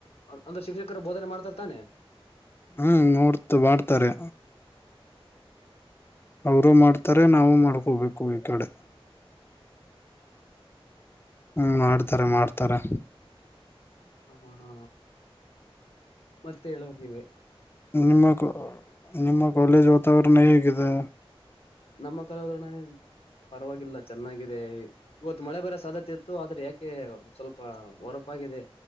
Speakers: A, on the left; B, on the left.
A: ಅಂದ್ರೆ ಶಿಕ್ಷಕರು ಬೋಧನೆ ಮಾಡ್ತಾರ್ತಾನೆ.
B: ಹ್ಮ್ ನೋಡ್ತ ಮಾಡ್ತಾರೆ. ಅವರು ಮಾಡ್ತಾರೆ ನಾವು ಮಾಡ್ಕೋಬೇಕು ಈಕಡೆ. ಹ್ಮ್ ಮಾಡ್ತಾರೆ ಮಾಡ್ತಾರೆ.
A: ಹ ಹಾ ಹಾ ಮತ್ತೆ ಹೇಳ್ಬೇಕ್ ನೀವೆ.
B: ನಿಮ್ಮ ನಿಮ್ಮ ಕಾಲೇಜ್ ವಾತಾವರಣ ಹೇಗಿದೆ.
A: ನಮ್ಮ ಕಾಲೇಜು ವಾತಾವರಣ ಪರವಾಗಿಲ್ಲ ಚೆನ್ನಾಗಿದೆ ಇವತ್ತು ಮಳೆ ಬರ ಸಾಧ್ಯ. ಇತ್ತು ಆದ್ರೆ ಯಾಕೆ ಸ್ವಲ್ಪ ಹೊರಪಾಗಿದೆ.